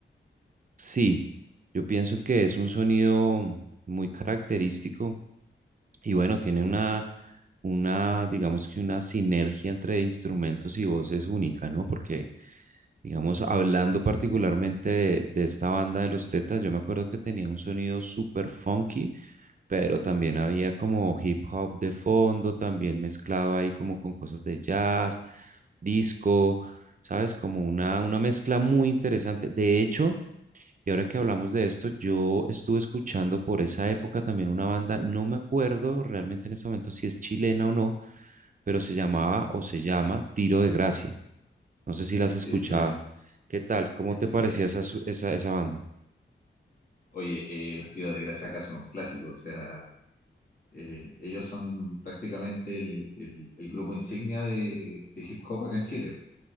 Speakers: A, on the right (about 40°); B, on the left (about 45°).
A: Sí, yo pienso que es un sonido muy característico Y bueno, tiene una, una, digamos que una sinergia entre instrumentos y voces única, ¿no? Porque, digamos, hablando particularmente de, de esta banda de los Tetas, yo me acuerdo que tenía un sonido súper funky, pero también había como hip hop de fondo, también mezclaba ahí como con cosas de jazz, disco, ¿sabes? Como una, una mezcla muy interesante. De hecho, y ahora que hablamos de esto, yo estuve escuchando por esa época también una banda, no me acuerdo realmente en este momento si es chilena o no, pero se llamaba o se llama Tiro de Gracia. No sé si las has
B: Sí,
A: escuchado.
B: es chilena,
A: ¿Qué tal? ¿Cómo
B: es
A: te
B: chilena.
A: parecía esa, su- esa, esa banda?
B: Oye, eh, los tiros de gracia acá son un clásico, o sea, eh, ellos son prácticamente el, el- el grupo insignia de, de hip hop acá en Chile.